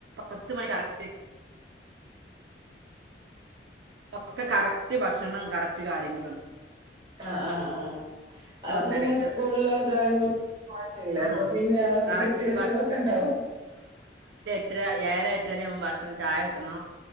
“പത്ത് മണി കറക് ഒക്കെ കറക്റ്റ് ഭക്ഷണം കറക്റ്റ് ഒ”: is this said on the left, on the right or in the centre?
Right